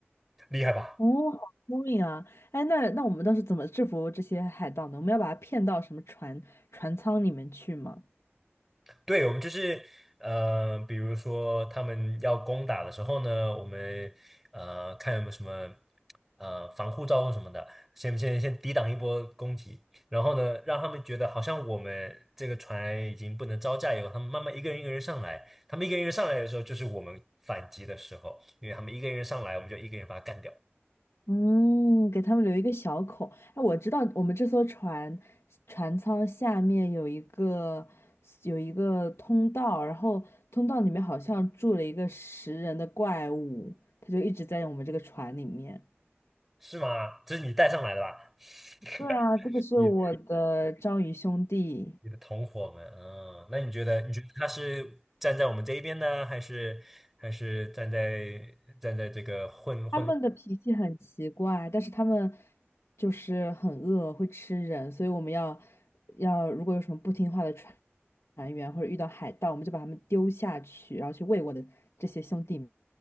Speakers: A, in the centre; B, on the left.
A: 厉害吧？
B: 哦，好聪明啊！哎，那那我们当时怎么制服这些海盗呢？我们要把他骗到什么船船舱里面去吗？
A: 对，我们就是呃，比如说他们要攻打的时候呢，我们呃看有没有什么呃防护罩或什么的，先先先抵挡一波攻击，然后呢，让他们觉得好像我们这个船已经不能招架以后，他们慢慢一个人一个人上来，他们一个人一个人上来的时候，就是我们反击的时候，因为他们一个人上来，我们就一个人把他干掉，
B: 嗯，给他们留一个小口。哎，我知道我们这艘船船舱下面有一个有一个通道，然后通道里面好像住了一个食人的怪物，它就一直在我们这个船里面。
A: 是吗？这是你带上来的吧？
B: 对啊，这个是我的章鱼兄弟。
A: <laughs> 你。你的同伙们嗯，那你觉得你觉得他是站在我们这一边呢，还是还是站在站在这个混混乱？
B: 他们的脾气很奇怪，但是他们就是很饿，会吃人，所以我们要要如果有什么不听话的船船员或者遇到海盗，我们就把他们丢下去，然后去喂我的这些兄弟们。